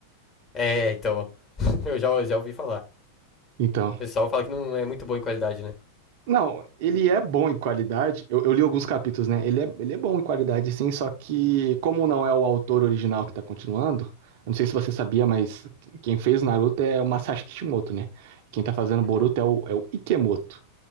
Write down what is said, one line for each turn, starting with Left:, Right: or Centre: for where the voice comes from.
Left: É, então. <laughs> Eu já, já ouvi falar.
Right: Então.
Left: O pessoal fala que não é muito bom em qualidade, né?
Right: Não, ele é bom em qualidade. Eu, eu li alguns capítulos, né? Ele é, ele é bom em qualidade, sim, só que, como não é o autor original que tá continuando, eu não sei se você sabia, mas quem fez Naruto é o Masashi Kishimoto, né? Quem tá fazendo
Left: Uhum.
Right: Boruto é o, é o Ikemoto.